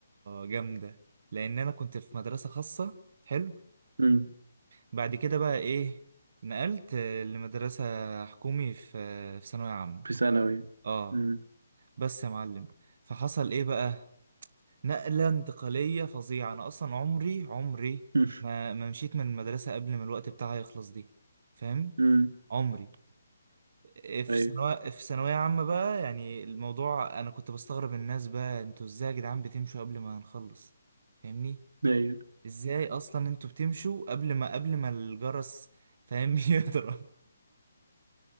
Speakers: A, on the right; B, on the right.
A: جامدة لأن أنا كنت في مدرسة خاصة حلو
B: مم.
A: بعد كده بقى ايه نقلت آه، لمدرسة حكومي في آه، في ثانوية عامة
B: في ثانوي
A: اه
B: مم.
A: بس يا معلم فحصل ايه بقى نقلة انتقالية فظيعة انا اصلا عمري عمري
B: <laughs>
A: ما ما مشيت من المدرسة قبل ما الوقت بتاعها يخلص دي فاهم
B: مم.
A: عمري إيه، في
B: أيوه
A: ثانوية في ثانوية عامة بقى يعني الموضوع انا كنت بستغرب الناس بقى انتوا ازاي يا جدعان بتمشوا قبل ما هنخلص فاهمني
B: أيوه
A: ازاي اصلا انتوا بتمشوا قبل ما قبل ما الجرس فاهم <laughs> يضرب